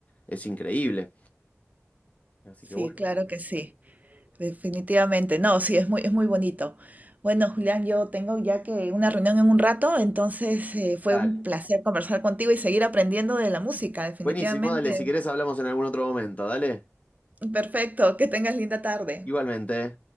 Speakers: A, on the left (about 30°); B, on the right (about 30°).
A: es increíble. Así
B: Sí,
A: que bueno,
B: claro que sí. Definitivamente, no, sí, es muy, es muy bonito. Bueno, Julián, yo tengo ya que una reunión en un rato, entonces eh, fue
A: dale.
B: un placer conversar contigo y seguir aprendiendo de la música, definitivamente.
A: Buenísimo, dale, si querés hablamos en algún otro momento, dale.
B: Perfecto, que tengas linda tarde.
A: Igualmente.